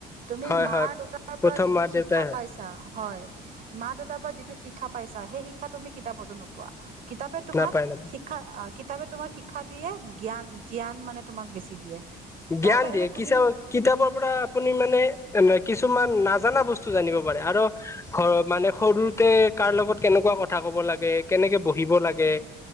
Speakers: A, on the right; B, on the left.
A: তুমি
B: হয়
A: মা
B: হয়
A: দেউতাৰ
B: প্ৰথম
A: পৰা যিটো
B: মা
A: শিক
B: দেউতাই
A: শিক্ষা
B: হয়
A: পাইছা, হয় মা দেউতাৰ পৰা যিটো শিক্ষা পাইছা সেই শিক্ষা তুমি কিতাপতো নোপোৱা। কিতাপে তোমাক
B: নাপায় নাপায়
A: শিক্ষা আক কিতাপে তোমাক শিক্ষা দিয়ে, জ্ঞান জ্ঞান মানে তোমাক বেছি দিয়ে। তাৰ
B: জ্ঞান
A: বাহিৰে
B: দিয়ে,
A: তুমি
B: কিচা, কিতাপৰ পৰা আপুনি মানে, এনে কিছুমান নাজানা বস্তু জানিব পাৰে আৰু, ঘৰত মানে সৰুতে কাৰ লগত কেনেকুৱা কথা ক ক'ব লাগে কেনেকে বহিব লাগে?